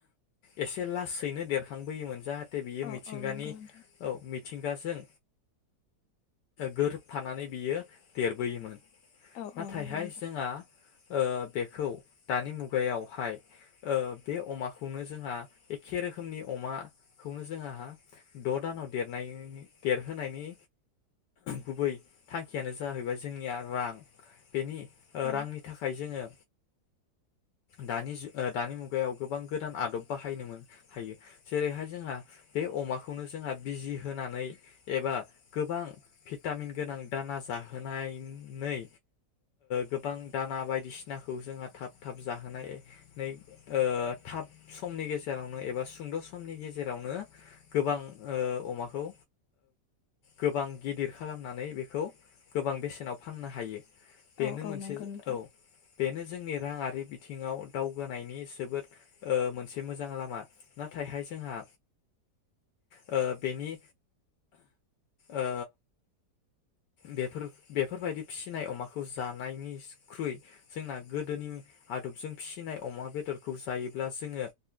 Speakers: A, on the left; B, on the left.
A: एसे लासैनो देरखांबोयोमोन जाहाथे दे बियो
B: औ
A: मिथिंगानि
B: औ नंगौ नोंथां
A: औ मिथिंगाजों गोरोबफानानै बियो देरबोयोमोन
B: औ
A: नाथायहाय
B: औ नंगौ नोंथां
A: जोंहा ओ बेखौ दानि मुगायावहाय ओ बे अमाखौनो जोंहा एखे रोखोमनि अमाखौनो जोंहा द दानाव देरनायनि देरहोनायनि गुबै थांखियानो जाहैबाय जोंनिया रां बेनि
B: औ
A: रांनि थाखाय जोङो दानि दानि मुगायाव गोबां गोदान आदब बाहायनो मोन हायो जेरैहाय जोंहा बे अमाखौनो जोंहा बिजि होनानै एबा गोबां भिटामिन गोनां दाना जाहोनायनै गोबां दाना बायदिसिनाखौ जोंहा थाब थाब जाहोनाय नै ओ थाब समनि गेजेरावनो एबा सुंद समनि गेजेरावनो गोबां ओ अमाखौ गोबां गिदिर खालामनानै बेखौ गोबां बेसेनाव फाननो हायो बेनो
B: औ औ
A: मोनसे
B: नंगौ नोंथां
A: बेनो जोंनि रांङारि बिथिंआव दावगानायनि जोबोद ओ मोनसे मोजां लामा नाथायहाय जोंहा ओ बेनि ओ बेफोर बेफोरबायदि फिसिनाय अमाखौ जानायनिख्रुइ जोंना गोदोनि आदबजों फिसिनाय अमा बेदरखौ जायोब्ला जोङो